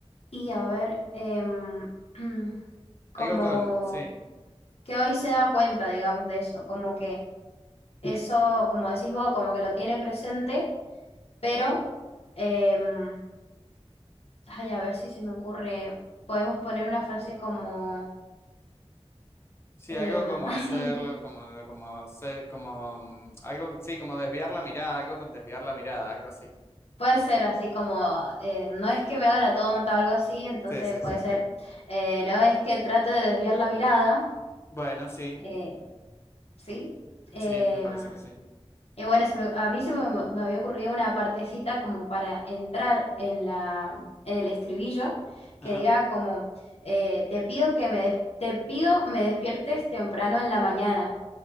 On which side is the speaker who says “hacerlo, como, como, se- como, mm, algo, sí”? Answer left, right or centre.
Left